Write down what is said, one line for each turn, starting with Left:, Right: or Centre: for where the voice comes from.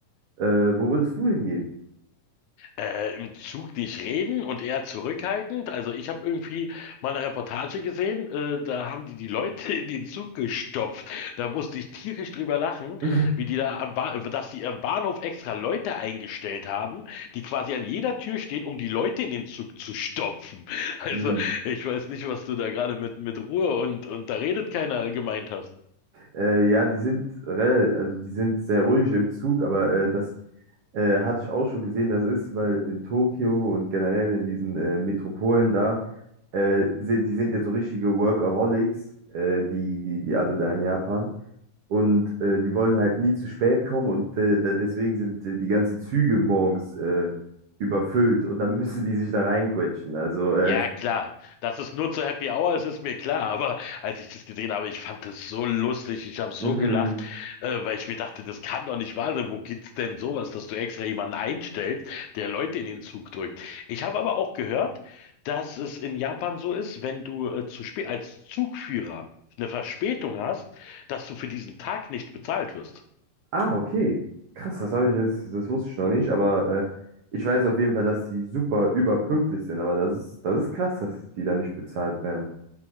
Right: Äh, wo würdest du hingehen?
Left: äh, im Zug nicht reden und eher zurückhaltend. Also ich habe irgendwie mal eine Reportage gesehen, äh, da haben die die Leute <laughs> in den Zug gestopft. Da musste ich tierisch drüber lachen,
Right: <laughs>
Left: wie die da am ba dass die am Bahnhof extra Leute eingestellt haben, die quasi an jeder Tür stehen, um die Leute in den Zug zu stopfen. <laughs> Also
Right: Hm.
Left: ich weiß nicht, was du da gerade mit mit Ruhe und und da redet keiner gemeint hast.
Right: Äh, ja, die sind rel- also die sind sehr ruhig im Zug, aber äh, das äh, hatte ich auch schon gesehen, das ist, weil in Tokio und generell in diesen äh, Metropolen da Äh, sind, die sind ja so richtige Workaholics, äh, die, die, die alle da in Japan. Und äh, die wollen halt nie zu spät kommen und äh, da, deswegen sind äh, die ganzen Züge morgens äh, überfüllt und dann <laughs> müssen die sich da reinquetschen. Also, äh,
Left: Ja, klar. Dass es nur zur Happy Hour ist, ist mir klar. Aber als ich das gesehen habe, ich fand das so lustig. Ich habe so
Right: mhm.
Left: gelacht, äh, weil ich mir dachte, das kann doch nicht wahr sein. Wo gibt's denn sowas, dass du extra jemanden einstellst, der Leute in den Zug drückt? Ich habe aber auch gehört, dass es in Japan so ist, wenn du äh, zu spät als Zugführer eine Verspätung hast, dass du für diesen Tag nicht bezahlt wirst.
Right: Ah, okay. Krass, das habe ich jetzt, das wusste ich noch nicht, aber äh, ich weiß auf jeden Fall, dass die super überpünktlich sind, aber das ist, das ist krass, dass die da nicht bezahlt werden.